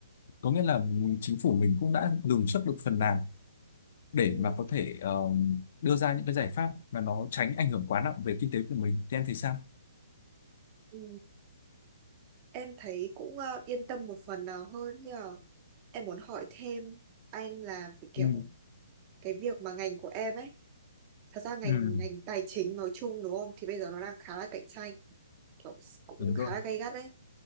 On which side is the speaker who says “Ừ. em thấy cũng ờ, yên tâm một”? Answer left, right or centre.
Right